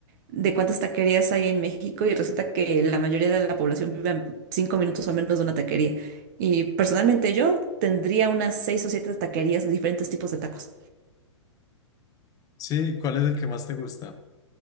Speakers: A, on the right (about 40°); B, on the left (about 20°).
A: de cuántas taquerías hay en México y resulta que la mayoría de la población vive a cinco minutos o menos de una taquería. Y personalmente yo tendría unas seis o siete taquerías de diferentes tipos de tacos.
B: Sí, ¿cuál es el que más te gusta?